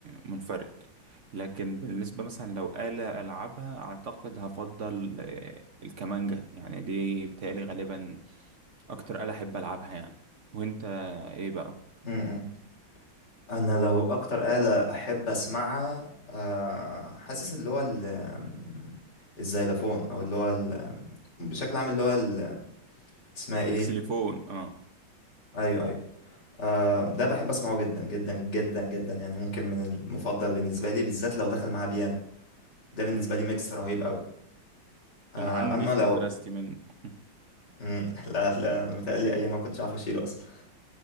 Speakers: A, on the right; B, on the left.
A: منفرد لكن بالنسبة مثلا لو آلة ألعبها أعتقد هفضل آه، الكمانجة يعني دي بتهيألي غالبا أكتر آلة أحب ألعبها يعني وأنت ايه بقى؟
B: امم انا لو اكتر آلة احب اسمعها آه، حاسس اللي هو ال- الزيلافون او اللي هو ال- بشكل عام اللي هو ال- اسمها ايه
A: اكسليفون اه
B: ايوه ايوه آه، ده بحب اسمعه جدا جدا جدا جدا يعني ممكن من المفضل بالنسبة لي بالذات لو دخل مع بيانو ده بالنسبة
A: مم.
B: لي ميكس رهيب قوي آه،
A: كان عندي
B: اما
A: في
B: لو
A: مدرستي من <laughs>
B: مم، <laughs> لا لا انا متهيألي ايام ما كنتش عارف اشيله اصلا